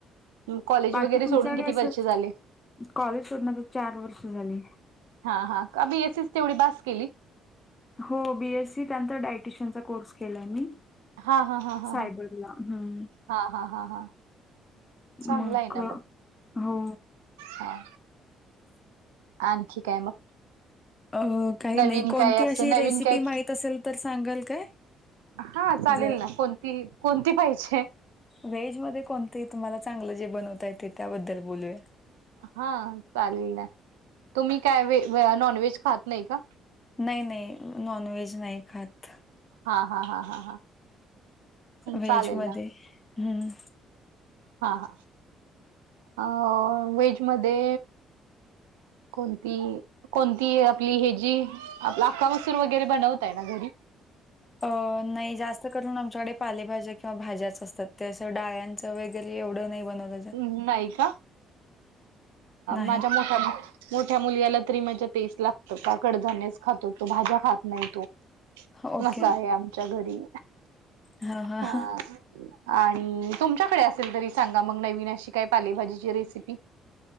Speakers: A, on the right; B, on the left.
A: कॉलेज
B: बाकी
A: वगैरे
B: तुमच्याकडे
A: सोडून किती
B: असं
A: वर्ष झाले
B: कॉलेज सोडणार चार वर्ष झाली.
A: हा हा मी एस एच तेवढी बास केली.
B: हो बीएससी त्याचार डायटिशयनचा कोर्स केला मी
A: हा हा हा हा
B: सायबरला
A: हा
B: हम्म
A: हा हा हा हा चांगला
B: मग
A: आहे ना
B: हो
A: हा आणखी काय मग
B: अ काही
A: नवीन
B: नाही कोणती
A: काय असं
B: अशी
A: नवीन
B: रेसिपी
A: काय
B: माहत असेल तर सांगाल काय?
A: हा चालेल
B: जर
A: ना कोणती कोणती पाहिजे.
B: व्हेज मध्ये कोणते तुम्हाला चांगलं जे बनवता येत त्याबद्दल बोलूया.
A: हा चालेल तुम्ही काय व नॉनव्हेज खात नाही का?
B: नाही नाही नॉन व्हेज नाही खात.
A: हा हा हा हा हा
B: वेज
A: चालेल
B: मधे
A: ना
B: हम्म
A: हा ह अ वेज मधे कोणती कोणती आपली ह जी आप आका मसूर वगैरे बनवताय ना घरी
B: अ नाही जास्त करून आमच्याकडे पालेभाज्या किंवा भाज्याच असतात ते असं डाळ्यांच. वगैरे एवं ढ को नाही बनवलंच.
A: ह् नाही का
B: नाही.
A: माझ्या मोठ्या मोठ्या मुलीला तरीि माझ्या टस्ट लागत काकडधान्यच खातो तो भाज्या खात नाही तो
B: ओके.
A: अस आहे आमच्या घरी
B: हां, हां.
A: हा. आणि तुमच्याकडे असेल तरी सांगा मग नवीन अशी काय पालेभाजीची रेसिपी